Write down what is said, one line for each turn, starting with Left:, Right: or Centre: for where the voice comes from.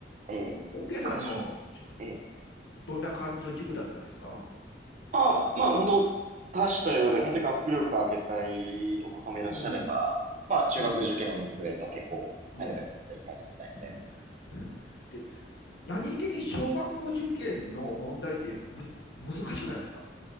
Right: え、ええ。
Left: オッケーさんの
Right: あ、それ。ええ。
Left: どんな感じの塾だったんですか
Right: あ、まあ本当多種多様で、本当に学力を上げたいお子様いらっしゃれば、
Left: うん、
Right: まあ中学受験を見据えた結構ハイレベルの問題いっぱい解きたいみたいな。
Left: うん、うん、うん。で、何気に小学校受験の問題ってむ難しくないですか、